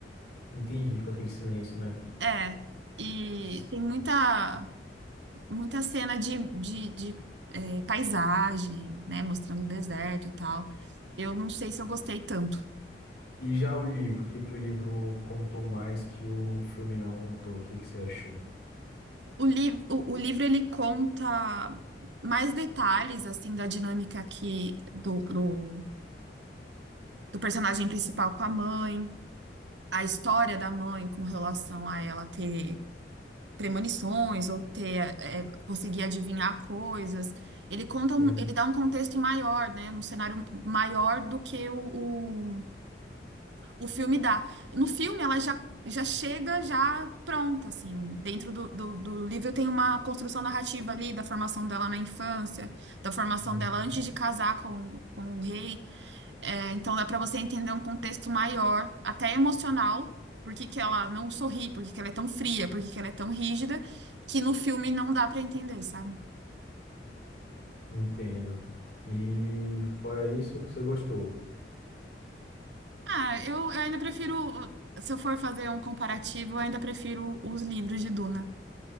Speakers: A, on the left; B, on the right.
A: Entendi, com aquele silêncio, né?
B: É. E
A: Sim.
B: tem muita. muita cena de, de, de, eh, paisagem, né? Mostrando o deserto e tal. Eu não sei se eu gostei tanto.
A: E já o livro, o que que o livro contou mais que o filme não contou? O que que você achou?
B: O, li o, o livro ele conta mais detalhes assim da dinâmica aqui do, do, do personagem principal com a mãe, a história da mãe com relação a ela ter premonições ou ter eh, conseguir adivinhar coisas. Ele conta
A: Sim.
B: um, ele dá um contexto maior, né, um cenário maior do que o, O filme dá. No filme, ela já, já chega já pronta, assim. Dentro do, do, do livro tem uma construção narrativa ali da formação dela na infância, da formação
A: Uhum.
B: dela antes de casar com, com o rei. É, então dá para você entender um contexto maior, até emocional, por que que ela não sorri, por que que ela é tão fria, por que que ela é tão rígida, que no filme não dá para entender, sabe?
A: Entendo. E fora isso, você gostou?
B: Ah, eu, eu ainda prefiro, se eu for fazer um comparativo, eu ainda prefiro os livros de Duna